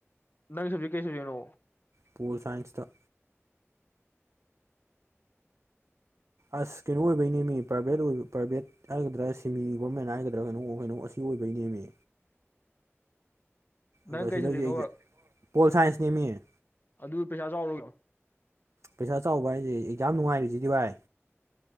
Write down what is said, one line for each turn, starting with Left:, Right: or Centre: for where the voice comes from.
Left: ꯅꯪ ꯁꯖꯦꯛ ꯀꯩ ꯁꯖꯤꯛꯅꯣ
Right: ꯄꯣꯜ ꯁꯥꯏꯟꯁꯇ ꯑꯁ ꯀꯩꯅꯣ ꯑꯣꯏꯕꯩꯅꯦꯃꯤ ꯄ꯭ꯔꯥꯏꯚꯦꯠ ꯑꯣꯏꯕ ꯄ꯭ꯔꯥꯏꯚꯦꯠ ꯍꯥꯏꯒꯗ꯭ꯔꯥ ꯁꯤꯃꯤ ꯒꯣꯔꯃꯦꯟ ꯍꯥꯏꯒꯗ꯭ꯔꯥ ꯀꯩꯅꯣ ꯀꯩꯅꯣ ꯑꯁꯤ ꯑꯣꯏꯕꯒꯤꯅꯦꯝꯃꯤ
Left: ꯅꯪ
Right: ꯑꯗꯣ
Left: ꯀꯩ
Right: ꯁꯤꯗ
Left: ꯁꯕꯖꯦꯛꯅꯣꯕ
Right: ꯍꯧꯁꯤꯛ ꯑꯩꯁꯦ ꯄꯣꯜ ꯁꯥꯏꯟꯁꯅꯦ ꯃꯤ <unintelligible>
Left: ꯑꯗꯨ ꯄꯩꯁꯥ ꯆꯥꯎꯔꯣꯏ
Right: ꯄꯩꯁꯥ ꯆꯥꯎꯕ ꯍꯥꯏꯁꯦ ꯑꯦꯛꯖꯥꯝ ꯅꯨꯡꯉꯥꯏꯔꯤꯁꯤꯗꯤ ꯚꯥꯏ